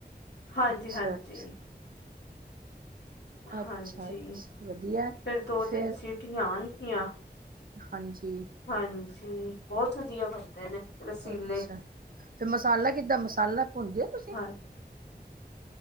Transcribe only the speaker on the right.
ਅੱਛਾ
ਅੱਛਾ
ਅੱਛਾ ਅੱਛਾ ਵਧੀਆ
ਫਿਰ
ਹਾਂਜੀ।
ਅੱਛਾ ਫਿਰ ਮਸਾਲਾ ਕਿੱਦਾਂ ਮਸਾਲਾ ਭੁੰਦੇ ਹੋ ਤੁਸੀਂ।